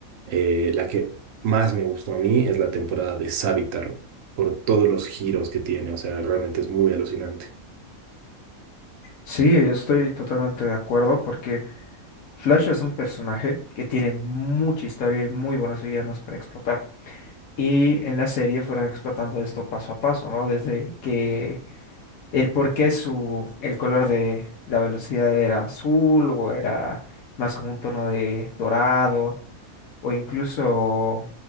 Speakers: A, on the right; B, on the left.
A: eh, la que más me gustó a mí es la temporada de Savitar, por todos los giros que tiene. O sea, realmente es muy alucinante.
B: Sí, estoy totalmente de acuerdo porque Flash es un personaje que tiene mucha historia y muy buenos villanos para explotar. Y en la serie fueron explotando esto paso a paso, ¿no? Desde que el por qué su, el color de la velocidad era azul o era más como un tono de dorado o incluso